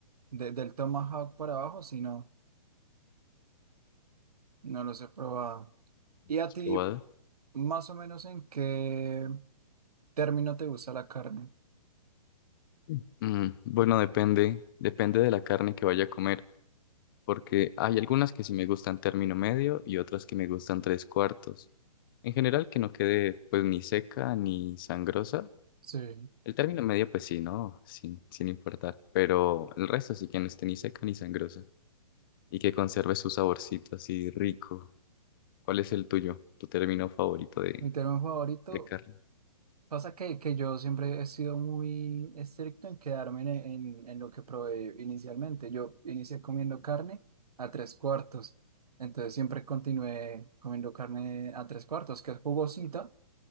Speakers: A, on the right; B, on the left.
A: de- del Tomahawk para abajo, si no, no los he probado. ¿Y a
B: ¿Has
A: ti,
B: probado?
A: más o menos en qué término te gusta la carne?
B: Sí. Mm, bueno, depende, depende de la carne que vaya a comer, porque hay algunas que sí me gustan término medio y otras que me gustan tres cuartos. En general, que no quede pues ni seca ni sangrosa.
A: Sí.
B: El término medio, pues sí, ¿no? Sin, sin importar. Pero el resto sí que no esté ni seca ni sangrosa. Y que conserve su saborcito así rico. ¿Cuál es el tuyo? ¿Tu término favorito de,
A: Mi término favorito
B: de carne?
A: Pasa que, que yo siempre he sido muy estricto en quedarme en, en, en lo que probé inicialmente. Yo inicié comiendo carne a tres cuartos, entonces siempre continué comiendo carne a tres cuartos, que es jugosita,